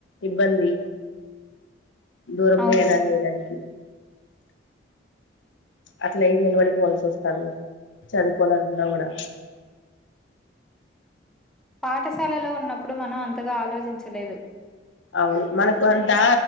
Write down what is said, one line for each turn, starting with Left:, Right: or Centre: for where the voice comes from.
Left: ఇబ్బంది దూరపయ
Centre: అవును.
Left: ఎలా లేలానికి అట్లయి నిలబడిపోవాల్సి వస్తాము చదువుకోవాలన్నాా కూడా
Centre: పాఠశాలలో ఉన్నప్పుడు మనం అంతగా ఆలోచించలేదు
Left: అవును మనకు అంతా